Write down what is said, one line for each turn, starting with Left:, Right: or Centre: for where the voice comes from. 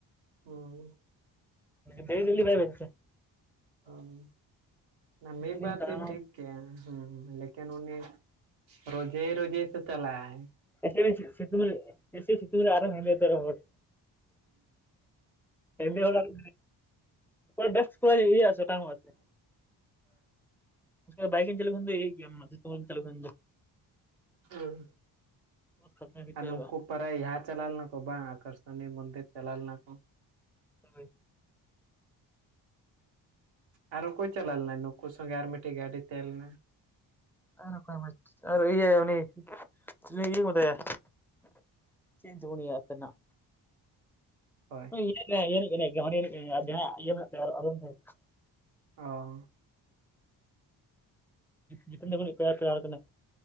Right: ᱦᱩᱸ᱾
Centre: ᱫᱮ ᱫᱤᱞᱤ ᱵᱟᱭ ᱵᱟᱱᱪᱟ᱾
Right: ᱦᱩᱸᱦᱩᱸ᱾ᱚᱱᱟ ᱢᱤ
Centre: ᱰᱮᱞᱤᱢ
Right: ᱵᱟᱨ
Centre: ᱫᱟᱬᱟᱱᱟ
Right: ᱫᱤᱱ ᱴᱷᱤᱠ ᱠᱮᱭᱟ ᱦᱩᱸ, ᱞᱮᱠᱤᱱ ᱩᱱᱤᱮ ᱨᱳᱡᱮᱭ ᱨᱳᱡᱮᱭ ᱥᱮ ᱪᱟᱞᱟᱜ ᱟᱭ᱾
Centre: ᱮᱛᱳ ᱵᱮᱥᱤᱭ ᱥᱤᱛᱩᱝ ᱞᱮᱜᱼᱟ ᱥᱤᱥᱤᱨ ᱥᱤᱛᱩᱝ ᱨᱮ ᱟᱨᱚ ᱦᱮᱸᱫᱮ ᱩᱛᱟᱹᱨᱚᱜᱼᱟ ᱦᱚᱲ, ᱦᱮᱸᱫᱮ ᱦᱚᱲ ᱟᱨ ᱠᱚᱞ ᱵᱮᱠᱥ ᱠᱷᱚᱡ ᱤᱭᱟᱹ ᱟ ᱥᱮ ᱚᱴᱟᱝᱚᱜᱼᱟ ᱥᱮ? ᱤᱥᱠᱟᱨ ᱵᱟᱭᱤᱠ ᱤᱧ ᱪᱟᱹᱞᱩ ᱠᱷᱟᱱ ᱫᱚ ᱤᱭᱟᱹᱜ ᱜᱮᱭᱟ, ᱢᱚᱡᱛᱮ ᱵᱟᱢ ᱪᱟᱞᱩ ᱠᱷᱟᱱ ᱫᱚ᱾
Right: ᱦᱩᱸ᱾
Centre: ᱵᱚᱦᱩᱛ ᱠᱷᱟᱛᱨᱟ ᱜᱮ
Right: ᱟᱨ
Centre: ᱪᱟᱹᱞᱩᱜᱼᱟ
Right: ᱱᱩᱝᱠᱩ ᱯᱟᱨᱟᱭ ᱦᱟᱸ ᱪᱟᱞᱟᱣ ᱞᱮᱱᱟ ᱠᱚ ᱵᱟᱝ, ᱟᱠᱟᱨ ᱥᱚᱱᱤ ᱢᱚᱱᱫᱤᱨ ᱪᱟᱞᱟᱣ ᱞᱮᱱᱟ ᱠᱚ᱾
Centre: ᱥᱟᱸᱜᱟᱹᱭ᱾ <unintelligible>
Right: ᱟᱨ ᱚᱠᱚᱭ ᱪᱟᱞᱟᱣ ᱞᱮᱱᱟᱭ ᱱᱩᱠᱩ ᱥᱚᱸᱜᱮ ᱟᱨ ᱢᱤᱫᱴᱤᱡ ᱜᱟᱹᱰᱤ ᱛᱮᱦᱮᱸ ᱞᱮᱱᱟ?
Centre: ᱟᱨ ᱚᱠᱚᱭ ᱢᱟ ᱟᱨ ᱤᱭᱟᱹ ᱩᱱᱤ ᱩᱱᱤ ᱤᱭᱟᱹ ᱠᱚ ᱢᱮᱛᱟᱭᱟ᱾ ᱪᱤᱫ ᱧᱩᱛᱩᱢ ᱩᱱᱤᱭᱟᱜ ᱥᱟᱹᱨᱤ ᱱᱟᱜ?
Right: ᱦᱳᱭ
Centre: ᱤᱭᱟᱹᱨ ᱱᱟᱭ ᱤᱭᱟᱹ ᱨᱤᱱᱤᱡ ᱠᱟᱱᱟᱭ ᱩᱱᱤ ᱩᱱᱤ ᱟᱨ ᱡᱟᱦᱟᱸ ᱤᱭᱟᱹ ᱢᱮᱱᱟᱜ ᱛᱟᱭ ᱚᱲᱚᱜ ᱚᱲᱚᱜ ᱢᱩᱠᱷ᱾ <unintelligible>
Right: ᱚ᱾
Centre: ᱡᱤᱯᱮᱱ ᱛᱟᱠᱩ ᱨᱤᱯᱮᱭᱟᱨ ᱯᱨᱟᱨ ᱠᱟᱱᱟ᱾